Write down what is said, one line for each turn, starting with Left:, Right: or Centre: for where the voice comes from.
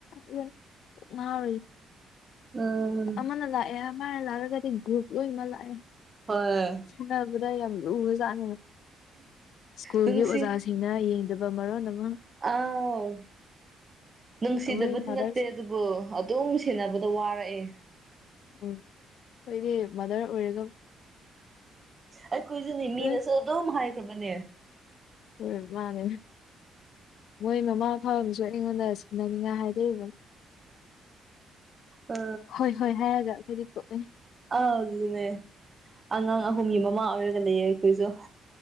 Left: <inaudible> ꯀꯣꯛ ꯉꯥꯎꯔꯤ
Right: ꯎꯝ
Left: ꯑꯃꯅ ꯂꯥꯛꯑꯦ ꯃꯥꯅ ꯂꯥꯛꯂꯒꯗꯤ ꯒ꯭ꯔꯨꯨꯞ ꯂꯣꯏ ꯃꯥ ꯂꯥꯑꯦ
Right: ꯍꯣꯏ
Left: ꯁꯥꯟꯅꯕꯗ ꯌꯥꯝ ꯂꯨꯒꯔꯥꯆꯥꯠꯅꯤ ꯁ꯭ꯀꯨꯜꯒꯤ
Right: ꯅꯨꯡꯁꯤ
Left: ꯑꯣꯖꯥꯁꯤꯡꯅ ꯌꯦꯡꯗꯕ ꯃꯔꯣꯟ ꯑꯃ
Right: ꯑꯥꯎ ꯅꯨꯡꯁꯤꯗꯕꯗꯤ
Left: ꯑꯩꯈꯣꯏ ꯃꯥꯗꯔꯁ
Right: ꯅꯠꯇꯦ ꯑꯗꯨ ꯑꯣ ꯑꯗꯨꯝ ꯁꯦꯟꯅꯕꯗ ꯋꯥꯔꯛꯑꯦ
Left: ꯎꯝ ꯈꯣꯏꯗꯤ ꯃꯥꯗꯔ ꯑꯣꯏꯔꯗꯧ
Right: ꯑꯩꯈꯣꯏꯁꯨꯅꯦ ꯃꯤꯅꯁꯨ
Left: ꯑꯗꯩ
Right: ꯑꯗꯨꯝ ꯍꯥꯏꯈ꯭ꯔꯕꯅꯦ
Left: ꯍꯣꯏ ꯃꯥꯟꯅꯦ ꯃꯣꯏ ꯃꯃꯥ ꯐꯕꯁꯨ ꯑꯩꯉꯣꯟꯗ ꯁꯤꯟꯅꯅꯤꯡꯉꯥꯏ ꯍꯥꯏꯗꯣꯔꯤꯕꯅ
Right: ꯑ
Left: ꯍꯣꯏ ꯍꯣꯏ ꯍꯥꯏꯔꯒ ꯑꯩꯈꯣꯏꯗꯤ ꯄꯣꯛꯑꯦ
Right: ꯑꯥ ꯑꯗꯨꯅꯦ ꯑꯉꯥꯡ ꯑꯍꯨꯝꯒꯤ ꯃꯃꯥ ꯑꯣꯏꯔꯒ ꯂꯩꯌꯦ ꯑꯩꯈꯣꯏꯁꯨ